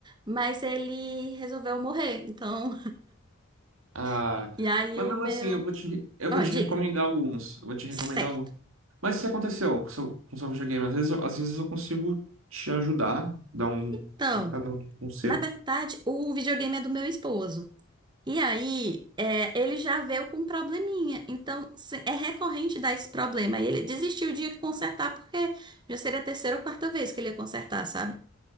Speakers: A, on the right; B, on the right.
A: mas ele resolveu morrer. Então,
B: Ah,
A: <laughs> e aí
B: mas
A: o
B: mesmo
A: meu.
B: assim, eu vou te, eu
A: Ah,
B: vou te
A: diga.
B: recomendar alguns, eu vou te recomendar
A: Certo.
B: alguns. Mas o que aconteceu com o seu, com o seu videogame? Às vezes, eu- às vezes eu consigo te ajudar, dar um,
A: Então,
B: um conserto.
A: na verdade, o videogame é do meu esposo. E aí, é, ele já veio com um probleminha. Então, se- é recorrente dar esse problema. E ele desistiu de consertar, porque já seria a terceira ou quarta vez que ele ia consertar, sabe?